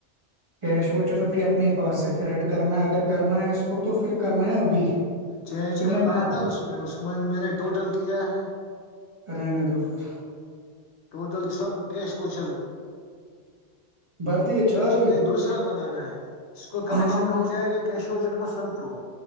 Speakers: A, on the right (about 25°); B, on the left (about 75°).
A: کیش وچر ابھی اپنے پاس ہے پھر ایڈ کرنا ہے اگر کرنا ہے اس کو تو پھر کرنا ہے ابھی
B: چینج
A: تم
B: کرنا
A: نے بنا
B: ہے نا اس میں اس میں میں نے ٹوٹل کیا ہے
A: رہنے دو پھر
B: ٹوٹل سب کیش ووشر
A: بھر دیے چار
B: یہ دوسرا بنانا ہے اس کو کریکشن
A: ہاں
B: ہو جائے گا کیش جٹ کو سب کو